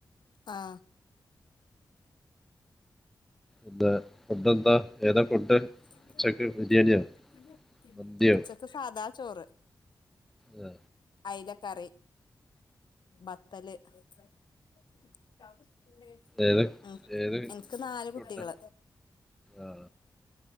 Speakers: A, on the left (about 70°); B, in the centre.
A: ആഹ്
B: എന്താ? ഫുഡ് എന്താ? ഏതാ ഫുഡ്?
A: <unintelligible>
B: ഉച്ചക്ക് ബിരിയാണിയോ
A: ഉച്ചക്ക്?
B: മന്തിയോ
A: <inaudible> ഉച്ചക്ക് സാദാ ചോറ്.
B: ആ
A: അയ്ലക്കറി. ബത്തല് <unintelligible>
B: ഏത്
A: ഉം
B: ഏത്
A: എൻക്ക് നാല്
B: ഫുഡ്
A: കുട്ടികള്
B: ആ